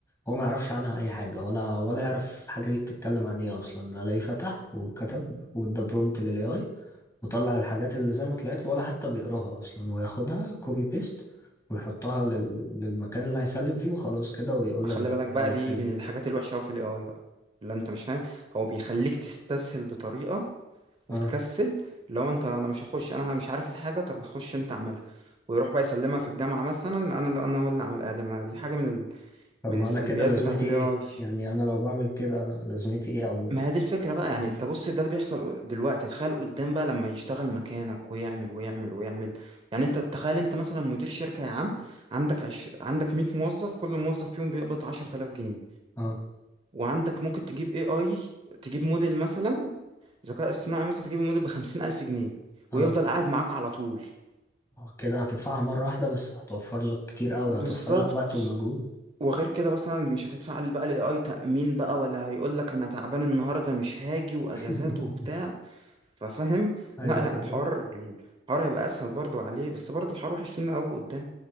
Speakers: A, on the left; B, on the right.
A: هو ما يعرفش عنها أي حاجة ولا ولا يعرف الحاجة دي بتتكلم عن إيه أصلا ألاقيه فتح وكتب وإدى برومت لل AI وطلع الحاجات اللي زي ما طلعت له ولا حتى بيقراها أصلا وياخدها كوبي بيست ويحطها لل... للمكان اللي هيسلم فيه وخلاص كده ويقول
B: خلي
A: لك ده
B: بالك بقى
A: AI
B: دي
A: حلو
B: من الحاجات
A: كده
B: الوحشه أوي في الاي اي بقى اللي انت مش فاهم هو بيخليك تستسهل بطريقه وتكسل
A: اه
B: لو انت انا مش هخش انا مش عارف الحاجه طب خش انت اعملها ويروح بقى يسلمها في الجامعه مثلا انا اللي- انا هو اللي اعمل ادي ما دي حاجه من ال...
A: طب
B: من
A: ما
B: السلبيات
A: أنا كده لازمتي
B: بتاعه الاي
A: إيه؟
B: اي
A: يعني أنا لو بعمل كده أنا لازمتي إيه أو
B: ما هي دي الفكره بقى يعني
A: اه
B: انت بص ده اللي بيحصل دلوقتي تخيل قدام بقى لما يشتغل مكانك ويعمل ويعمل ويعمل يعني انت تخيل انت مثلا مدير شركه يا عم عندك عش... عندك 100 موظف كل موظف فيهم بيقبض 10000 جنيه
A: اه
B: وعندك ممكن تجيب اي اي تجيب موديل مثلا ذكاء اصطناعي مثلا تجيب موديل ب 50000 جنيه
A: اه
B: ويفضل قاعد معاك على طول
A: آه، كده هتدفعها مرة واحدة بس هتوفر لك كتير قوي
B: بالظبط
A: هتوفر لك وقت ومجهود
B: وغير كده مثلا مش هتدفع بقى للاي اي تأمين بقى ولا هيقول لك انا تعبان النهارده مش هاجي واجازات
A: <laughs>
B: وبتاع ففاهم <laughs>
A: ايوه
B: لا يعني
A: بالظبط.
B: الحوار الحوار هيبقى اسهل برضو عليه بس برضو الحوار وحش لينا قوي قدام